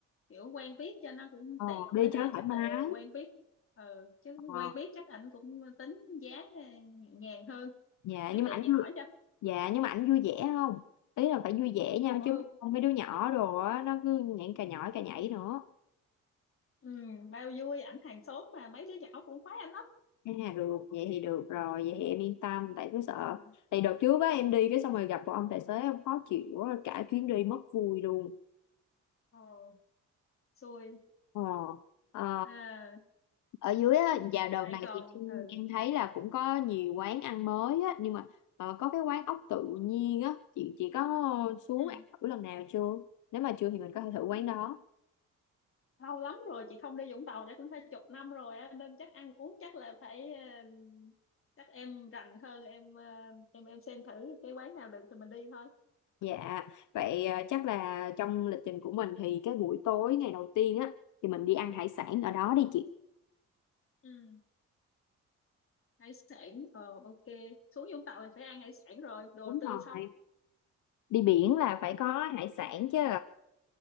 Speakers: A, on the left; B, on the left.
A: kiểu quen biết cho nó cũng
B: ờ,
A: tiện
B: đi
A: với lại
B: cho nó thoải
A: chắc
B: mái
A: là quen biết ừ, chứ
B: Ờ.
A: quen biết chắc ảnh cũng tính giá ờ, nhẹ nhàng hơn
B: dạ
A: chắc
B: nhưng
A: để
B: mà ảnh
A: chị
B: vui
A: hỏi cho
B: dạ nhưng mà ảnh vui vẻ không ý là phải vui vẻ nha
A: ừ,
B: chứ không mấy đứa nhỏ đồ á nó cứ nhảy cà nhỏi cà nhảy nữa
A: ừ bao vui ảnh hàng xóm mà mấy đứa nhỏ cũng khoái ảnh lắm
B: à được vậy thì được rồi vậy thì em yên tâm tại cứ sợ
A: ừ,
B: tại đợt trước á em đi cái xong rồi gặp một ông tài xế em khó chịu quá cả chuyến đi mất vui luôn
A: ờ, xui
B: ờ Ờ,
A: à,
B: ở dưới á và đợt
A: lại
B: này
A: còn
B: thì em
A: ừ,
B: em thấy là cũng có nhiều quán ăn mới á nhưng mà ờ, có cái quán ốc tự nhiên á chị chị có xuống
A: ừ
B: ăn thử lần nào chưa nếu mà chưa thì mình có thể thử quán đó
A: lâu lắm rồi chị không đi Vũng Tàu chắc cũng phải chục năm rồi á nên chắc ăn uống chắc là phải ờ, chắc em rành hơn em ờ, em em xem thử cái quán nào được thì mình đi thôi
B: Dạ, vậy à, chắc là trong lịch trình của mình thì cái buổi tối ngày đầu tiên á thì mình đi ăn hải sản ở đó đi chị.
A: ừ. hải sản ờ ok xuống Vũng Tàu thì phải ăn hải sản rồi đồ
B: Đúng
A: tươi
B: rồi.
A: sống
B: Đi biển là phải có hải sản chứ.